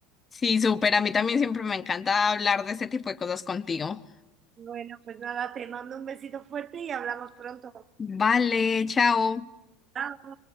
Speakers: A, on the left; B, on the right.
A: Sí, súper. A mí también siempre me encanta hablar de este tipo de cosas contigo.
B: Bueno, pues nada, te mando un besito fuerte y hablamos pronto.
A: Vale, chao.
B: Chao.